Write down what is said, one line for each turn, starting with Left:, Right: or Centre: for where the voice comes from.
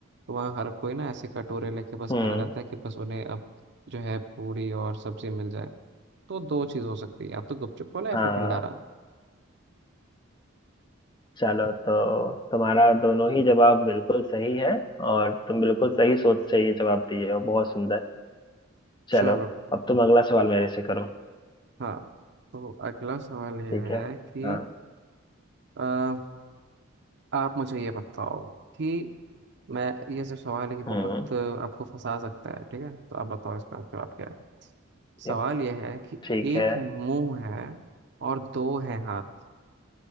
Right: तो वहाँ हर कोई ना ऐसे कटोरे लेके बस
Left: हम्म
Right: खड़ा रहता है कि बस उन्हें अब जो है पूरी और सब्जी मिल जाए तो दो चीज़ हो सकती है या तो गुपचुप वाला या
Left: हाँ
Right: फिर भंडारा
Left: चलो तो तुम्हारा दोनों ही जवाब बिल्कुल सही है और तुम बिल्कुल सही सोच से ये जवाब दिए हो बहुत सुंदर
Right: चलो
Left: चलो अब तुम अगला सवाल मेरे से करो
Right: हाँ तो अगला सवाल ये
Left: ठीक है
Right: है कि
Left: हाँ
Right: अ, आप मुझे ये बताओ कि मैं ये जो सवाल है कि बहुत
Left: हम्म
Right: अ, आपको फंसा सकता है ठीक है तो आप बताओ इसका जवाब क्या है
Left: ठीक
Right: सवाल यह है कि
Left: ठीक
Right: एक
Left: है
Right: मुंह है और दो हैं हाथ